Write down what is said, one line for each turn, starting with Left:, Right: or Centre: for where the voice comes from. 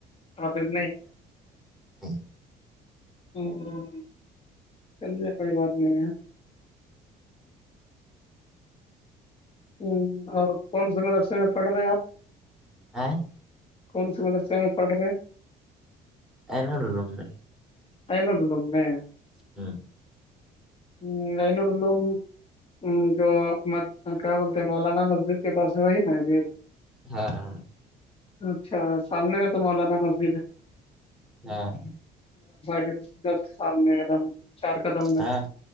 Left: حافظ
Centre: نہیں
Left: ہمم ہمم چلیے کوئی بات نہیں ہے ہ اور کون سے مدرسے میں پڑھ رہے ہیں آپ
Centre: ہے
Left: کون سی مدرسے میں پڑ رہے ہے
Centre: <unintelligible>
Left: ائنگلو میں
Centre: ہاں
Left: <unintelligible> جو کیا بولتے ہیں مولانا مسجد کے پاس ہے وہی نا ج <unintelligible>
Centre: ہاں ہاں
Left: اچھا سالنے میں تو موولانا م <unintelligible>
Centre: ہاں
Left: ان میںم چار قدم میں
Centre: ہاں
Left: <unintelligible>